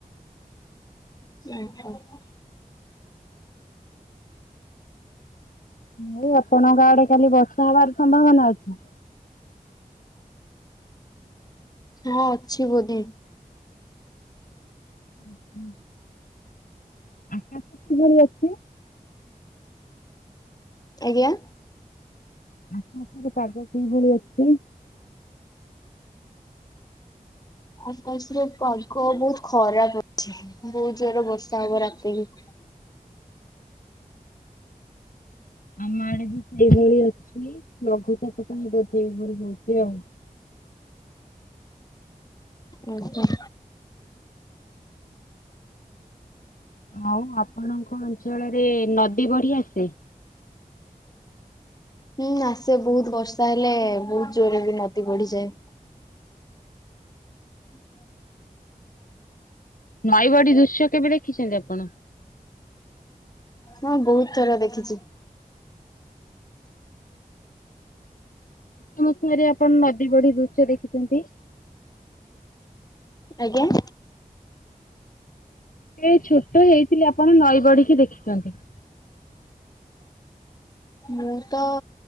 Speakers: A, on the left; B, on the left.
A: ହଁ ହ।
B: ମୁ ଆପଣଙ୍କ ଆଡ଼େ କାଲି ବର୍ଷା ହବାର ସମ୍ଭାବନା ଅଛି।
A: ହଁ ଅଛି ବୋଧେ।
B: ହୁଁ ଆ କିଭଳି ଅଛି?
A: ଆଜ୍ଞା
B: ଆପଣଙ୍କର ପାଗ କିଇଭଳି ଅଛି?
A: ଆକାଶରେ ପାଗ ବହୁତ ଖରାପ ଅଛି। ବହୁତ ଜୋରେ ବର୍ଷା ହବ ରାତିକି।
B: ଆମ ଆଡ଼େ ବି ଏଇଭଳି ଅଛି ଲଘୁଚାପ କହି ବୋଧେ ଏଇଭଳି ହଉଛି ଆଉ।
A: ଓହୋ
B: ଆଉ ଆପଣଙ୍କ ଅଞ୍ଚଳରେ ନଦୀ ବଢ଼ି ଆସେ।
A: ହୁଁ ଆସେ ବୋହୁତ ବର୍ଷା ହେଲେ ବୋହୁତ ଜୋରରେ ବି ନଦୀ ବଢ଼ିଯାଏ। <inaudible>
B: ନଈବଢି ଦୃଶ୍ୟ କେବେ ଦେଖିଛନ୍ତି ଆପଣ?
A: ହଁ ବୋହୁତ ଥର ଦେଖିଛି।
B: ହଁ ଫେର ଆପଣ ନଦୀବଢ଼ି ଦୃଶ୍ୟ ଦେଖିଛନ୍ତି।
A: ଆଜ୍ଞା
B: ଏଇ ଛୋଟ ହେଇଥିଲି ଆପଣ ନଈବଢ଼ି କି ଦେଖିଛନ୍ତି।
A: ମୁଁ ତ